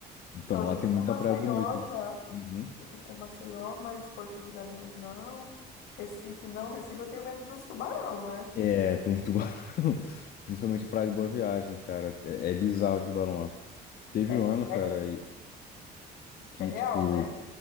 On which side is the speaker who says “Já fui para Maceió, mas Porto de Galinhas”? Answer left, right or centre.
Left